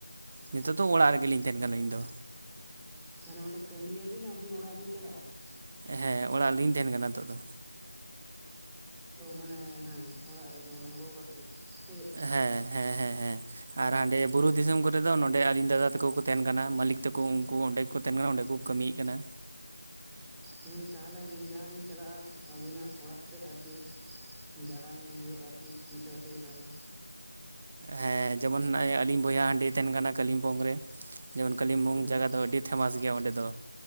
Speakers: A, on the right; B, in the centre.
A: ᱱᱤᱛᱳᱜ ᱫᱚ ᱚᱲᱟᱜ ᱨᱮᱜᱮ ᱞᱤᱧ ᱛᱟᱦᱮᱸᱱ ᱠᱟᱱᱟ ᱤᱧ ᱫᱚ
B: ᱢᱟᱱᱮ ᱚᱸᱰᱮ ᱠᱟᱹᱢᱤ ᱭᱟᱵᱤᱱ ᱟᱨ ᱵᱤᱱ ᱚᱲᱟᱜ ᱨᱮ ᱵᱤᱱ ᱪᱟᱞᱟᱜᱼᱟ ᱾
A: ᱦᱮᱸ ᱚᱲᱟᱜ ᱨᱮ ᱞᱤᱧ ᱛᱟᱦᱮᱱ ᱠᱟᱱᱟ ᱱᱤᱛᱚᱜ ᱫᱚ
B: ᱚ ᱢᱟᱱᱮ ᱦᱮᱸ ᱚᱲᱟᱜ ᱨᱮᱜᱮ ᱢᱟᱱᱮ ᱜᱚ ᱵᱟᱵᱟ ᱛᱩᱞᱩᱡ ᱥᱮ ᱪᱮᱫ
A: ᱦᱮᱸ ᱦᱮᱸ ᱦᱮᱸ ᱦᱮᱸ ᱟᱨ ᱦᱟᱸᱰᱮ ᱵᱩᱨᱩ ᱫᱤᱥᱚᱢ ᱠᱚᱨᱮ ᱫᱚ ᱟᱨ ᱱᱚᱸᱰᱮ ᱟᱹᱞᱤᱧ ᱫᱟᱫᱟ ᱛᱟᱠᱚ ᱠᱚ ᱛᱟᱦᱮᱸᱱ ᱠᱟᱱᱟ ᱢᱟᱹᱞᱤᱠ ᱛᱟᱠᱚ ᱦᱚᱸ ᱩᱱᱠᱩ ᱦᱚᱸ ᱚᱸᱰᱮ ᱠᱚ ᱛᱟᱦᱮᱸᱱ ᱠᱟᱱᱟ ᱚᱸᱰᱮ ᱠᱚ ᱠᱟᱹᱢᱤᱜ ᱠᱟᱱᱟ
B: ᱦᱩᱸ ᱛᱟᱦᱚᱞᱮ ᱢᱤᱫ ᱫᱷᱟᱣ ᱞᱤᱧ ᱪᱟᱞᱟᱜᱼᱟ ᱟᱹᱵᱤᱱᱟᱜ ᱚᱲᱟᱜ ᱥᱮᱫ ᱟᱨᱠᱤ ᱫᱟᱬᱟᱱ ᱦᱩᱭᱩᱜ-ᱟ ᱟᱨᱠᱤ ᱢᱤᱫ ᱥᱟᱶ ᱛᱮᱜᱮ ᱛᱟᱦᱚᱞᱮ
A: ᱦᱮᱸ ᱡᱮᱢᱚᱱ ᱱᱚᱜᱚᱸᱭ ᱟᱹᱞᱤᱧ ᱵᱚᱭᱦᱟ ᱦᱟᱺᱰᱤ ᱛᱟᱦᱮᱱ ᱠᱟᱱᱟ ᱠᱟᱞᱤᱢᱯᱚᱝ ᱨᱮ ᱡᱮᱢᱚᱱ ᱠᱟᱞᱤᱢᱯᱚᱝ
B: ᱦᱳᱭ
A: ᱡᱟᱭᱜᱟ ᱫᱚ ᱟᱹᱰᱤ ᱯᱷᱮᱢᱟᱥ ᱜᱮᱭᱟ ᱚᱸᱰᱮ ᱫᱚ,